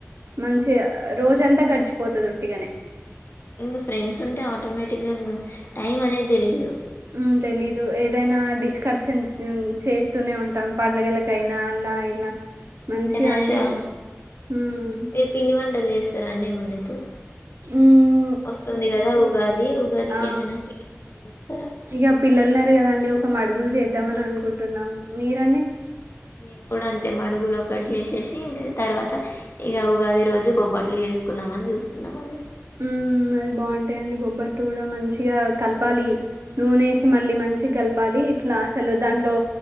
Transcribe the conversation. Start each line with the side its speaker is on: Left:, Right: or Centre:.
Right: మంచిగా రోజంతా గడిచిపోతది ఉట్టిగానే
Left: ఇంగా ఫ్రెండ్స్ ఉంటే ఆటోమేటిక్గా టైమ్ అనేది తెలీయదు
Right: మ్ తెలీదు ఏద్ ఏదైనా డిస్కర్షన్ చేస్తూనే ఉంటాం పండగలకైనా అలా ఇలా మంచిగా
Left: ఏదైనా
Right: అన్ని
Left: ష
Right: మ్మ్
Left: మీరు పిండి వంటలు చేస్తారా అండి ఏమన్నా ఇప్పుడు
Right: ఉమ్మ్
Left: వొస్తుంది గదా ఉగాది ఉగాదికి
Right: ఆ
Left: ఏమైనా పిండి వంటలు జేస్తారా
Right: ఇగ పిల్లల్ఉన్నార్ కదఅండి ఒక మడుగులు చేద్దామని అనుకుంటున్నాము మీరండి
Left: మేమ్ కూడ అంతే మడుగులో ఓక్కటి చేసేసి తర్వత ఇగ ఉగాది రోజు బొబట్లు చేసుకుందామని చూస్తున్నం అండి
Right: మ్మ్మ్ ఏ అది బాగుంటాయిండి బొబ్బట్లుగుడ మంచిగా కలపాలి నూనె ఏసి మళ్ళీ మంచిగ గలపాలి ఇట్లా అసలు దాంట్లొ